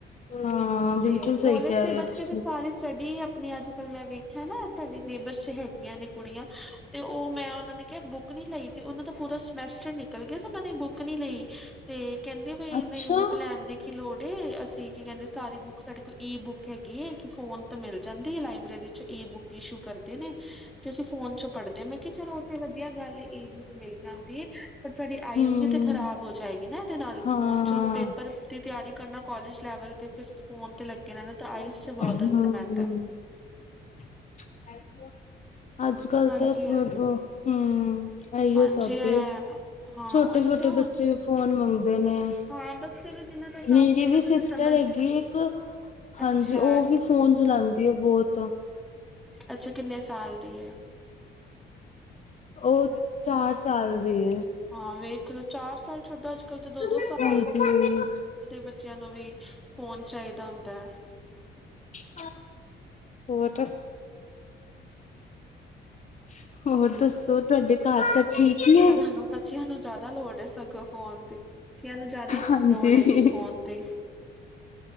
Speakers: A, on the left; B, in the centre.
A: ਹਾਂ ਬਿਲਕੁਲ
B: ਤੇ
A: ਸਹੀ
B: ਕਾਲਜ
A: ਕਹਿ
B: ਦੇ
A: ਰਹੇ
B: ਬੱਚੇ
A: ਹੋ ਤੁਸੀਂ।
B: ਤੇ ਸਾਰੀ ਸਟੱਡੀ ਆਪਣੀ ਅੱਜ ਕਲ ਮੈਂ ਵੇਖਿਆ ਨਾ ਸਾਡੇ ਨੇੇਬਰ 'ਚ ਹੈਗੀਆਂ ਨੇ ਕੁੜੀਆਂ ਤੇ ਉਹ ਮੈਂ ਉਹਨਾਂ ਨੇ ਕਿਹਾ ਬੁੱਕ ਬੁੱਕ ਨੀ ਲਈ ਤੇ ਉਹਨਾਂ ਦਾ ਪੂਰਾ ਸਮੈਸਟਰ ਨਿਕਲ ਗਿਆ ਤੇ ਉਹਨਾਂ ਨੇ ਬੁੱਕ ਨੀ ਲਈ। ਤੇ ਕਹਿੰਦੇ ਬਈ
A: ਅੱਛਾ,
B: ਨਹੀਂ ਬੁੱਕ ਲੈਣ ਦੀ ਕੀ ਲੋੜ ਏ ਅਸੀਂ ਕੀ ਕਹਿੰਦੇ ਸਾਰੀ ਬੁੱਕ ਸਾਡੇ ਕੋਲ ਈ ਬੁੱਕ ਹੈਗੀ ਹੈ ਕਿ ਫੋਨ ਤੋਂ ਮਿਲ ਜਾਂਦੀ ਹੈ ਲਾਇਬ੍ਰੇਰੀ 'ਚ ਈ ਬੁੱਕ ਇਸ਼ੂ ਕਰਦੇ ਨੇ। ਤੇ ਅਸੀਂ ਫੋਨ 'ਚੋਂ ਪੜ੍ਹਦੇ ਹਾਂ ਮੈਂ ਕਿਹਾ ਚਲੋ ਉਥੇ ਵਧੀਆ ਗੱਲ ਈ ਬੁੱਕ ਮਿਲ ਜਾਂਦੀ ਹੈ। ਪਰ ਤੁਹਾਡੀ ਆਈਜ਼
A: ਹੂੰ,
B: ਵੀ ਤੇ ਖ਼ਰਾਬ ਹੋ ਜਾਏਗੀ ਨਾ ਇਹਦੇ ਨਾਲ
A: ਹਾਂ,
B: ਫੋਨ 'ਚ ਹੁਣ ਪੇ ਪਰ ਦੀ ਤਿਆਰੀ ਕਰਨਾ ਕਾਲਜ ਲੈਵਲ ਤੇ ਫ ਫੋਨ ਤੇ ਲੱਗੇ ਨੇ ਆਈਸ
A: ਹੂੰ।
B: 'ਚ ਬਹੁਤ ਅਸਰ ਪੈਂਦਾ।
A: <inaudible> ਅੱਜ ਕੱਲ
B: ਹਾਂਜੀ।
A: ਤਾਂ ਮਤਲਬ ਹੂੰ ਇਹੀਓ
B: ਹਾਂਜੀ
A: ਸਭ
B: ਅ
A: ਏ।
B: ਹਾਂ
A: ਛੋਟੇ
B: ਉਹੀ
A: ਛੋਟੇ
B: ਤੇ ਹੁਣ
A: ਬੱਚੇ ਵੀ ਫੋਨ ਮੰਗਦੇ ਨੇ।
B: ਹਾਂ ਬਸ
A: <inaudible>
B: ਚਲੋ ਜਿਨਾਂ ਦਾ ਕੰਮ
A: ਮੇਰੀ
B: ਹੈ ਉਹਨਾਂ
A: ਵੀ
B: ਦਾ
A: ਸਿਸਟਰ
B: ਤਾਂ ਸਮਝ
A: ਹੈਗੀ ਇੱਕ ਹਾਂਜੀ
B: ਅੱਛਾ
A: ਉਹ ਵੀ ਫੋਨ ਚਲਾਉਂਦੀ ਆ ਬਹੁਤ
B: ਅੱਛਾ ਕਿੰਨੇ ਸਾਲ ਦੀ ਹੈ।
A: ਉਹ ਚਾਰ ਸਾਲ ਦੀ ਏ।
B: ਹਾਂ ਵੇਖ ਲਓ ਚਾਰ ਸਾਲ ਛੋਟਾ ਅੱਜ ਕੱਲ ਤੇ ਦੋ
A: ਹੂੰ
B: -ਦੋ ਸਾਲ ਬੱਚਿਆਂ ਨੂੰ ਵੀ ਫੋਨ ਚਾਹੀਦਾ ਹੁੰਦਾ ਹੈ।
A: <inaudible> ਹੋਰ ਤੁ ਸੀ ਹੋਰ ਦੱਸੋ ਤੁਹਾਡੇ ਘਰ ਸਭ ਠੀਕ ਨੇ।
B: ਹਨਾ
A: <inaudible>
B: ਬੱਚਿਆਂ ਨੂੰ ਜ਼ਿਆਦਾ ਲੋੜ ਹੈ ਸਗੋਂ ਫੋਨ ਦੀ। ਬੱਚਿਆਂ ਨੂੰ ਜ਼ਿਆਦਾ ਸ
A: ਹਾਂਜੀ
B: ਲੋਡ ਹੈਗੀ ਫੋਨ ਤੇ